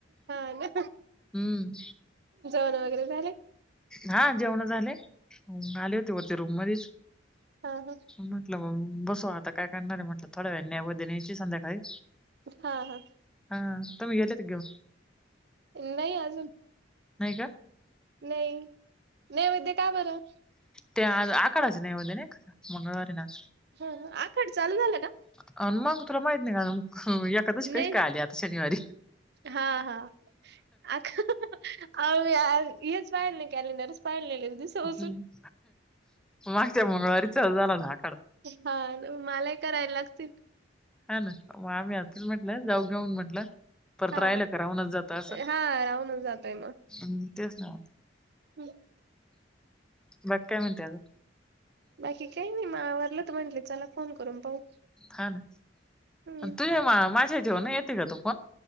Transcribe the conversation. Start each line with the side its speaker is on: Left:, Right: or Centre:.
Right: हा ना
Centre: हम्म
Right: जेवण वगैरे झाले.
Centre: हा जेवण झाले. आले होते वरती रूम मध्येच
Right: हा हा
Centre: म्हटलं मी बसू आता काय करणार आहे म्हटलं थोड्या वेळ नैवेद्य न्यायची आहे संध्याकाळी
Right: हा हा
Centre: हा तुम्ही गेलेत घेऊन
Right: नाही अजून
Centre: नाही का?
Right: नाही नैवेद्य का बरं.
Centre: त्या आज आखाड्यात नैवेद्य नाही का? मंगळवारी ना आज
Right: ह अ आखाड चालू झाला का?
Centre: अ मग तुला माहित नाही का एक एकादशी
Right: नाही
Centre: कशी काय आली आता शनिवारी
Right: हा हा आख अहो आज हेच पाहिलं नाही कॅलेंडरच पाहिले दिवसापासून
Centre: हम्म. मागच्या मंगळवारी चालू झाला ना आखाडा
Right: हा मलाही करायला लागतील.
Centre: हा ना आम्ही आज तेच म्हटलं जाऊ घेऊन म्हटलं. परत
Right: हा
Centre: राहिल का राहूनच जात असं
Right: हा राहूनच जातय
Centre: मग तेच ना.
Right: हम्.
Centre: बाकी काय म्हणते अजून
Right: बाकी काही नाही मग आवरलं तर म्हंटले चला फोन करून पाहू.
Centre: हा ना
Right: हम्म
Centre: तुझ्या मा माझ्या जिवेर नाही येते का तो फोन